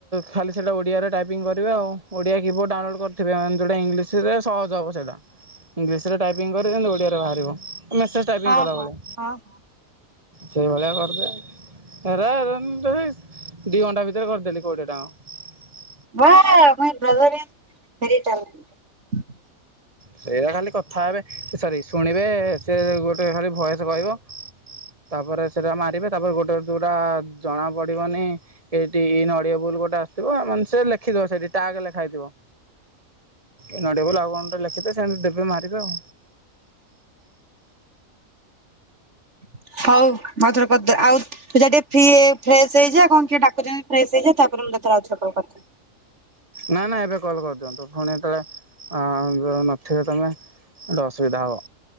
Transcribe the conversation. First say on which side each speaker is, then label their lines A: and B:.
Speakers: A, on the right (about 25°); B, on the right (about 55°).
A: ଖାଲି ସେଇଟା ଓଡ଼ିଆରେ ଟାଇପିଙ୍ଗ୍ କରିବେ। ଆଉ ଓଡ଼ିଆ କିବୋର୍ଡ଼ ଡାଉନଲୋଡ଼୍ କରିଥିବେ, ମାନେ ଯଉଁଟା ଇଂଲିଶରେ ସହଜ ତହବ ସେଇଟା। ଇଂଲିଶରେ ଟାଇପିଙ୍ଗ୍ କରି ଯେମିତି ଓଡିଆରେ ବାହାରିବ। ମେସେଜ ଟାଇପିଂ
B: ହଁ
A: କଲାଭଳିଆ।
B: ହଁ ହଁ ହଁ
A: ସେଇଭଳିଆ କରିଦେ। ହେରା ଏରା ଯଦି ଦି ଘଣ୍ଟା ଭି ଦେ କରିଦେଲି କୋଡ଼ିଏଟା ଙ୍କ।
B: ମୋ-ଓ my brother is very talented.
A: ସେଇଟା ଖାଲି କଥା ହେବେ। ସରି! ଶୁଣିବେ ସେ ଗୋଟେ ଖାଲି ଭଏସ କହିବ। ତାପରେ ସେଟା ମାରିବେ। ତାପରେ ଗୋଟେ ଯୋଉଟା ଜଣା ପଡିବନି, ଏଇଟି ଇନ୍ ଅଡିଏ ବୁଲ ଗୋଟେ ଆସିଥିବ। ମାନେ ସେ ଲେଖିଥିବ, ସେଠି ଟ୍ୟାଗ ଲେଖା ହେଇଥିବ।
B: <inaudible>
A: ଇନ୍ ଅଡିଏବୁଲ ଆଉ କଣଟେ ଲେଖିଦେ। ସେ ଏମ୍ ତି ଦେବେ ମାରିବେ ଆଉ।
B: <unintelligible> ହଉ, ମ ଥରୁ କଦେ। ଆଉ ତୁ ଯା ଟିକେ ଫ୍ରୀ ହେଇ ଫ୍ରେଶ ହେଇଯା କଣ କିଏ ଡାକୁଛନ୍ତି, ଫ୍ରେଶ ହେଇଯା ତାପରେ ମୁଁ ତତେ ଥରେ ଆଉଥରେ କଲ୍ କରଦେ।
A: ନା ନା ଏବେ କଲ୍ କରିଦିଅନ୍ତୁ ପୁଣି ଯେତେବେଳେ ନଥିବେ ତମେ। ଏଟ ଅସୁବିଧା ହବ।